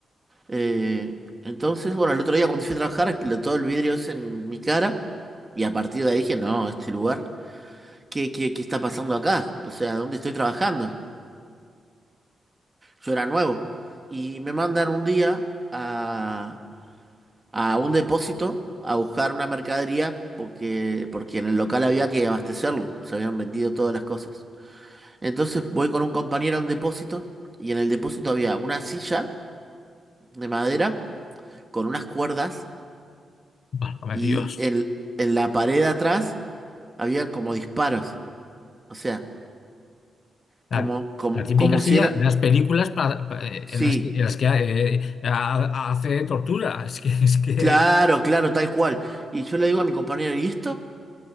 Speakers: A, on the right; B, on the left.
A: Eh, entonces, bueno, el otro día cuando fui a trabajar explotó el vidrio ese en mi cara. Y a partir de ahí dije, no, este lugar, ¿qué, qué, qué está pasando acá? O sea, ¿dónde estoy trabajando? Yo era nuevo. Y me mandan un día a a un depósito a buscar una mercadería porque, porque en el local había que abastecerlo, se habían vendido todas las cosas. Entonces voy con un compañero a un depósito y en el depósito había una silla de madera con unas cuerdas
B: Válgame
A: y
B: Dios.
A: en, en la pared de atrás habían como disparos, o sea,
B: La,
A: como, como,
B: la típica
A: como
B: silla
A: si era...
B: de las películas para- pa- eh,
A: Sí,
B: en las, que en las que, eh, eh, ha- hace tortura. Es que, es que...
A: claro, claro, tal cual. Y yo le digo a mi compañero, ¿y esto?